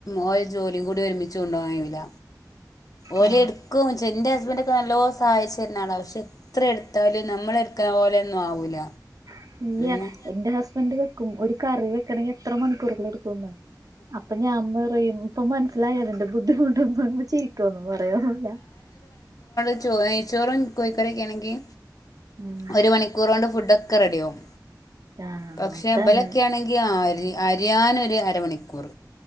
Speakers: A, on the left (about 55°); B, on the right (about 55°).
A: ഓല ജോലിയും കൂടി ഒരുമിച്ച് കൊണ്ടോകാൻ കഴിയൂല ഓലെ
B: ആ
A: എടുക്ക എന്റെ ഹസ്ബൻഡ ല്ലോ സഹായിച്ചുരുന്നളാ പക്ഷെ എത്ര എടുത്താലും നമ്മള എടുക്കുന്ന പോലെന്നും ആവൂല
B: പറ്റില്ല
A: ഉ
B: എന്റെ ഹസ്ബൻഡ് വെക്കും ഒരു കറി വെക്കണമെങ്കിൽ എത്ര മണിക്കൂറുകൾ എടുക്കുംന്ന് അപ്പൊ ഞാൻ പറയും അപ്പൊ മനസ്സിലായി അതിന്റെ ബുദ്ധിമുട്ടൊന്നും ചിരിക്കോന്നും പറയന്നില്ല
A: ച്ചോറും കോഴിക്കോറൊക്കെ ആണെങ്കിൽ
B: ഉം
A: ഒരു മണിക്കൂറ കൊണ്ട് ഫുഡ റെഡിയാകും
B: ആ
A: പക്ഷെ
B: അതാണ്
A: ബലക്കെണെങ്ക അരിയാനൊരു അരമണിക്കൂർ